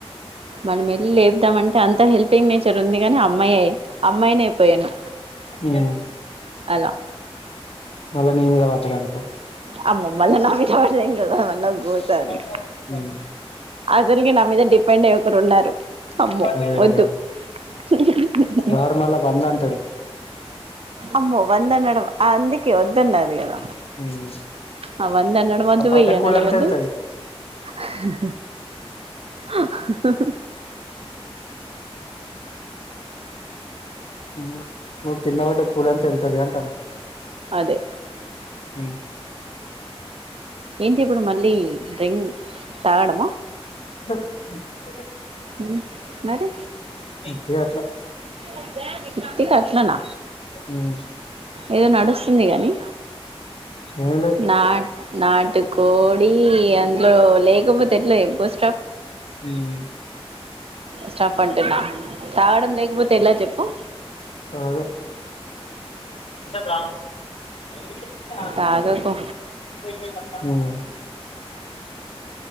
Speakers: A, on the right; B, on the left.
A: మనం వెళ్ళి లేపుదామంటే అంత హెల్పింగ్ నేచర్ ఉంది కాని అమ్మాయి అమ్మాయిని అయిపోయాను
B: ఉమ్
A: అలా
B: మళ్ళా నీ మీద పట్టడనుకో
A: ఆ మల్ల నా మీదపడితే ఇంకా మల్ల గో
B: ఉమ్
A: సారీ అసలికి నా మీద మీద డిపెండ్ అయ్యి ఒకరు ఉన్నారు అమ్మో
B: అదే
A: వద్దు
B: కదా
A: హు హూ
B: వాడు మళ్ళా వంద అంటాడు
A: అమ్మో వందన్నడం అందుకే ఒద్దన్నది కదా
B: ఉమ్
A: అ వంద అనడం వద్దు
B: ఆ పడ్డ
A: వెయ్యి అనడం
B: కూలి అంత
A: వద్దు
B: వెళ్తది
A: హా హా హాహా
B: ఉమ్ హు ఒకే కిందపడటం ఎక్కువరా అని తిడుతాది అంటూనా
A: అదే
B: ఉమ్
A: ఏంటి ఇప్పుడు మళ్ళీ డ్రింగ్ తాగడమా
B: హు హు
A: ఉమ్ మరీ
B: ఉట్టిగా అట్లా
A: ఉత్తకి అట్లనా
B: ఉమ్
A: ఏదో నడుస్తుంది గాని
B: ఏం లేదు
A: నాట్ నాటు కోడి అందులో లే తే ఎట్ల చొప్పు
B: ఉమ్
A: స్టఫ్ అంటునా తాగడం లేకపోతే ఎలా చెప్పు
B: బాగా ఉమ్
A: తాగకు